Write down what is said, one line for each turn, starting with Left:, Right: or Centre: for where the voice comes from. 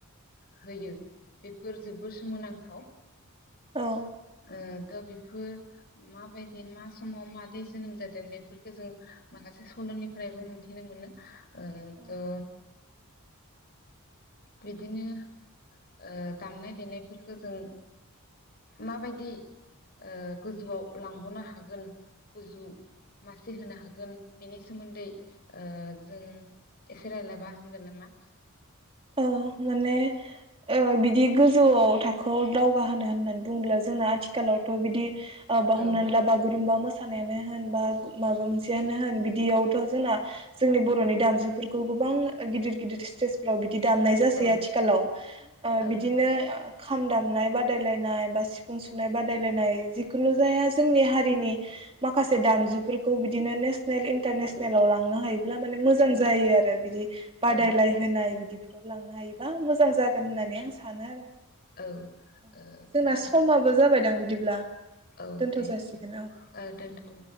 Left: होयो बेफोर जोबोर सोमोनांथाव
Right: औ
Left: ओ दा बेफोर माबायदि ज मा समाव मादै जोनोम जादों बेफोरखौ जों माखासे सलनिफ्रायबो मोन्थिनो मोनो ओ
Right: औ
Left: द बिदिनो ओ दामनाय देनायफोरखौ जों माबायदि ओ गोजौआव लां गनो हागोन गुजु मासे होनो हागोन बेनि सोमोन्दै ओ जों एसे रायज्लायबा हामगोन नामा
Right: अ माने ओ बिदि गोजौआव थाखोआव दावगा होनो होननानै बुङोब्ला जोंना आथिखालावथ बिदि आ हमनानै
Left: औ
Right: ला बागुरुम्बा मो मोसानायानो होन बा माबा मोनसेयानो होन बिदियावथ जोंना जोंनि बरनि दामजुफोरखौ गोबां गिदिर गिदिर स्तेजफोराव बिद दि दामनाय जासै
Left: औ
Right: आथिखालाव ओ
Left: औ
Right: बिदिनो खाम दामनाय बा बादायलायनाय बा सिफुं सुनाय बादायलायनाय जिखुनु जाया जोंनि हारि दिनि माखासे दामजुफोरखौ बिदिनो नेस नेल इन्टारनेसनेलाव लांनो हायोब्ला माने मोजां जायो आरो बिदि बादायलाय
Left: औ
Right: होनाय बिदि लांनो हायोबा मोजां जागोन होननानै आं सानो आरो
Left: औ ओ
Right: जोंना
Left: जा
Right: समाबो जाबायदां बिदिब्ला
Left: औ
Right: दोनथ
Left: दे
Right: जासिगोन औ।
Left: ओ दोनथ'नि